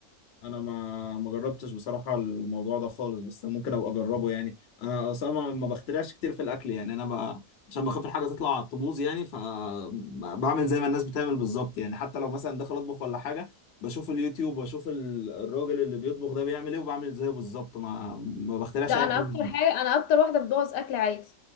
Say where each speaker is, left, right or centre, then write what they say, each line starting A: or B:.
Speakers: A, on the left; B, on the left.
A: انا ما ما جربتش بصراحه الموضوع ده خالص بس ممكن ابقى اجربه يعني انا اصلا ما ما بخترعش كتير في الاكل يعني انا ب... عشان بخاف الحاجه تطلع تبوظ يعني فبعمل زي ما الناس بتعمل بالظبط يعني حتى لو مثلا داخل اطبخ ولا حاجه بشوف اليوتيوب واشوف ال- الراجل اللي بيطبخ ده بيعمل ايه وبعمل زيه بالظبط ما ما بخترعش
B: ده
A: اي
B: انا
A: حاجه
B: اكتر
A: جديدة.
B: حاجه انا اكتر واحده بتبوظ اكل عادي